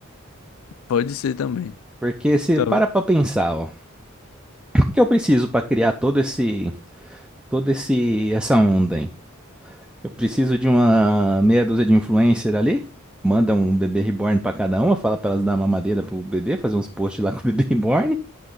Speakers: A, on the left; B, in the centre.
A: pode ser também.
B: Porque se
A: Tá.
B: para para pensar, ó, o que eu preciso para criar todo esse, todo esse, essa onda, hein? Eu preciso de uma meia dúzia de influencer ali, manda um bebê reborn para cada uma, fala para elas dar mamadeira pro bebê, fazer uns posts lá <laughs> com o bebê reborn.